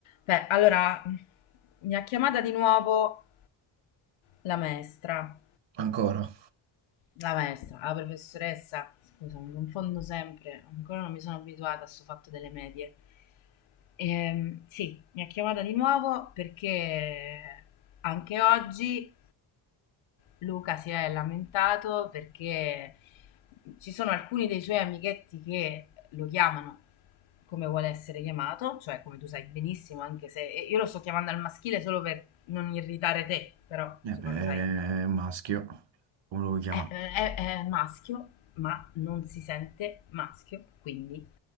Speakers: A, on the left; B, on the right.
A: Beh, allora mi ha chiamata di nuovo la maestra,
B: Ancora?
A: la maestra, la professoressa, scusa, mi confondo sempre, ancora non mi sono abituata a questo fatto delle medie. Ehm, sì, mi ha chiamata di nuovo perché anche oggi Luca si è lamentato perché ci sono alcuni dei suoi amichetti che lo chiamano come vuole essere chiamato, cioè come tu sai benissimo, anche se e io lo sto chiamando al maschile solo per non irritare te, però
B: Eh
A: insomma
B: beh,
A: lo sai
B: è un maschio, come lo vuoi chiamare?
A: è, è- è maschio, ma non si sente maschio, quindi